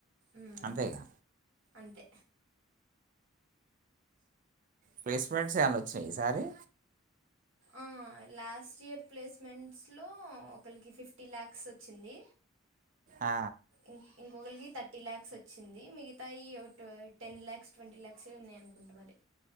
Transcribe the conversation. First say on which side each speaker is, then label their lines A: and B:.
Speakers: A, on the right (about 60°); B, on the right (about 40°).
A: ఊమ్
B: అంతేగా
A: అంతే
B: ప్లేస్మెంట్స్ ఏవన్న ఒచ్చినయ ఈ సారి?
A: ఆ లాస్ట్ ఇయర్ ప్లేస్మెంట్స్లో ఒకలికి ఫిఫ్టీ ల్యాక్స్ ఒచ్చింది.
B: ఆ,
A: ఇ ఇంకలికి తట్ థర్టీ లాక్స్ ఒచ్చింది, మిగతాయి ఒక to ten lakhs, twenty lakhs ఉన్నాయనుకుంట మరి